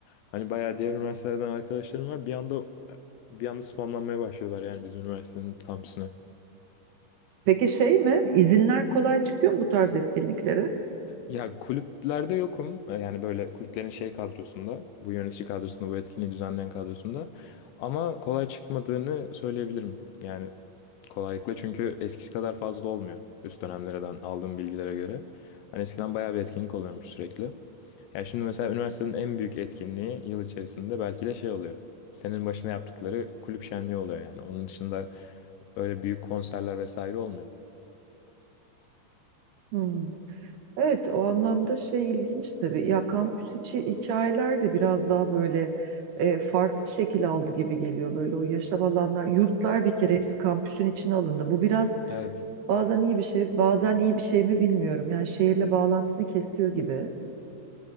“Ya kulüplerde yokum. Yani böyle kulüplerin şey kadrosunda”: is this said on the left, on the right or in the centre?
Left